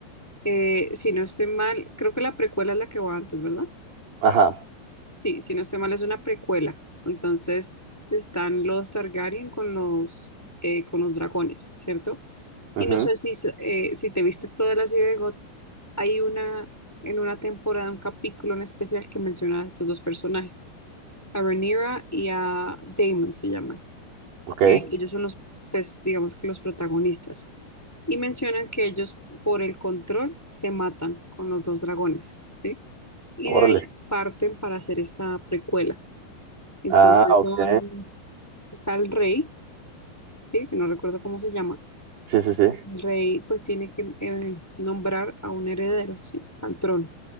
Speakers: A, in the centre; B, on the right.
A: Eh, si no estoy mal, creo que la precuela es la que va antes, ¿verdad?
B: Ajá.
A: Sí, si no estoy mal, es una precuela. Entonces están los Targaryen con los, eh, con los dragones, ¿cierto?
B: ujú,
A: Y no sé si, s- eh, si te viste toda la serie de GOT, hay una, en una temporada, un capítulo en especial que menciona a estos dos personajes, a Rhaenyra y a Daemon se llaman.
B: Ok.
A: eh, ellos son los, pues digamos que los protagonistas, y mencionan que ellos por el control se matan con los dos dragones, ¿sí? Y
B: Órale.
A: de ahí parten para hacer esta precuela. Entonces
B: Ah, ok.
A: son, está el rey, ¿sí? Que no recuerdo cómo se llama.
B: Sí, sí, sí.
A: El rey pues tiene que eh, nombrar a un heredero, ¿sí? Al trono.